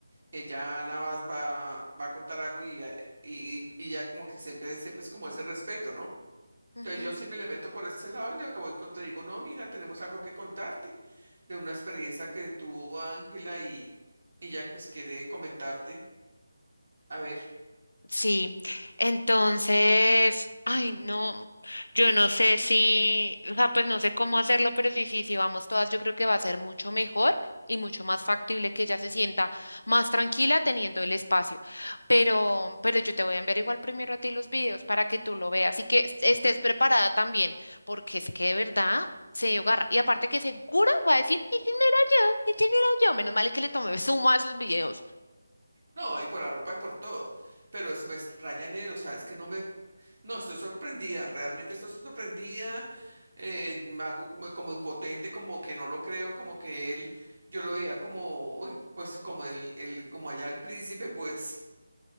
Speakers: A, on the right; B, on the left.
A: ella Ana va, va, va a contar algo y ya, y, y- y ya como que siempre, siempre es como ese respeto, ¿no?
B: ujú.
A: Entonces yo sí me le meto por ese lado y le voy contra, le digo, no, mira, tenemos algo que contarte de una experiencia que tuvo Ángela y, y ya pues quiere comentarte, a ver,
B: Sí, entonces, ay, no, yo no sé si, o sea, pues no sé cómo hacerlo, pero sí, sí, sí, vamos todas, yo creo que va a ser mucho mejor y mucho más factible que ella se sienta más tranquila teniendo el espacio. Pero, pero yo te voy a enviar igual primero a ti los videos para que tú lo veas y que es- estés preparada también, porque es que de verdad se agarra. Y aparte que seguro va a decir, ese no era yo, ese no era yo. Menos mal es que le tomé suma a esos videos.
A: no, y por la ropa y por todo, pero es- me extraña en él, o sea, es que no me, no, estoy sorprendida, realmente estoy sorprendida eh, me hago como como impotente, como que no lo creo, como que él, yo lo veía como, uy, pues como el, el, como allá el príncipe, pues,